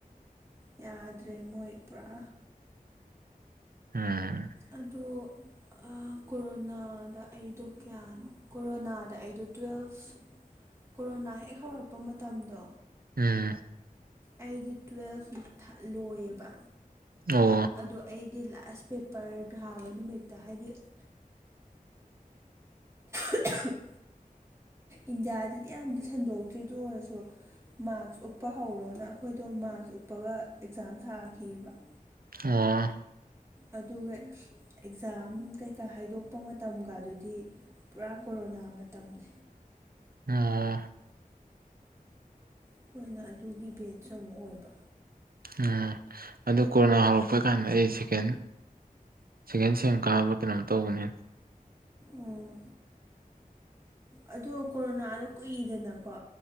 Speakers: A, on the right; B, on the right.
A: ꯌꯥꯗ꯭ꯔꯦ ꯃꯣꯏ ꯄꯨꯔꯥ
B: ꯎꯝ
A: ꯑꯗꯨ ꯑꯩ ꯀꯣꯔꯣꯅꯥꯗ ꯑꯩꯗꯣ ꯀꯌꯥꯅꯣ ꯀꯣꯔꯣꯅꯥꯗ ꯑꯩꯗꯣ ꯇ꯭ꯋꯦꯜꯐ ꯀꯣꯔꯣꯅꯥ ꯍꯦꯛ ꯍꯧꯔꯛꯄ ꯃꯇꯝꯗꯣ
B: ꯎꯝ
A: ꯑꯩꯗꯤ ꯇꯨꯋꯦꯜꯐ ꯂꯣꯏꯌꯦꯕ
B: ꯑꯣ
A: ꯑꯗꯣ ꯑꯩꯒꯤ ꯂꯥꯁ ꯄꯦꯄꯔ ꯊꯥꯕ ꯅꯨꯃꯤꯠꯇ ꯍꯥꯏꯗꯤ <inaudible> ꯏꯟꯗꯤꯌꯥꯗꯗꯤ ꯌꯥꯝꯗꯤ ꯁꯟꯗꯣꯛꯇꯔꯤ ꯑꯗꯨꯑꯣꯢꯔꯁꯨ ꯃꯥꯛꯛꯁ ꯎꯞꯄ ꯍꯧꯔꯣꯅ ꯑꯩꯈꯣꯏꯗꯣ ꯃꯥꯛꯁ ꯎꯞꯄꯒ ꯑꯦꯛꯖꯥꯝ ꯊꯥꯈꯤꯑꯕ
B: ꯑꯣ
A: ꯑꯗꯨꯒ ꯑꯦꯛꯖꯥꯝ ꯀꯩꯀꯥ ꯍꯥꯏꯗꯣꯛꯄ ꯃꯇꯝꯒ ꯑꯗꯨꯗꯤ ꯄꯨꯔꯥ ꯀꯣꯔꯣꯅꯥ ꯃꯇꯝꯅꯤ
B: ꯑ
A: ꯑꯩꯈꯣꯏꯅ ꯑꯗꯨꯒꯤ ꯕꯦꯠꯁ‌ ꯑꯃꯨꯛ ꯑꯣꯏꯕ
B: ꯎꯝ ꯑꯗꯨ ꯀꯣꯔꯣꯅꯥ ꯍꯧꯔꯛꯄ ꯀꯥꯟꯗ ꯑꯩ ꯁꯦꯀꯦꯟ ꯁꯦꯀꯦꯟ ꯁꯦꯝ ꯀꯥꯕ ꯀꯩꯅꯣꯝ ꯇꯧꯕꯅꯦ
A: ꯑꯣ ꯑꯗꯨ ꯀꯣꯔꯣꯅꯥꯗꯣ ꯀꯨꯏꯗꯅꯀꯣ